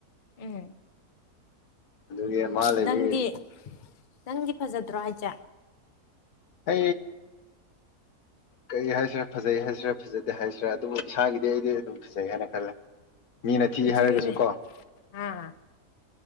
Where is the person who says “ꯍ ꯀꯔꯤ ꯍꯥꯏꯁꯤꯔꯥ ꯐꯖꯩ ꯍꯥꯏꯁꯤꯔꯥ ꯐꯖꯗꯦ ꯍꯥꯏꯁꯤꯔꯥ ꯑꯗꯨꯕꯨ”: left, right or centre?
Left